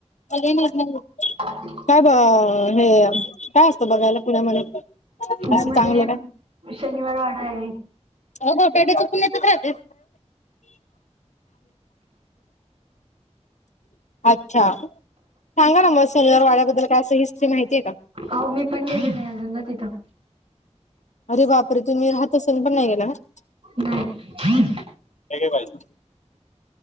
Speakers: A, on the left; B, on the right.
A: आज येणार नाहीयेत त्या.
B: <unintelligible>
A: काय ब हे काय असतं बघायला? पुण्यामध्ये.
B: पुण्यामध्ये
A: असं चांगलं काय?
B: शनिवार वाडा आहे
A: पुण्यातच राहते. अच्छा. सांगा ना म. सिल्वररवाड्याद्दल काय असं, हिस्ट्री माहितीय का?
B: अहो मी पण गेली नाही. अजून ना तिथं.
A: अरे बापरे. तुम्ही राहत असुल पण नाही गेला का?
B: नाही.
A: हे घे भाजी.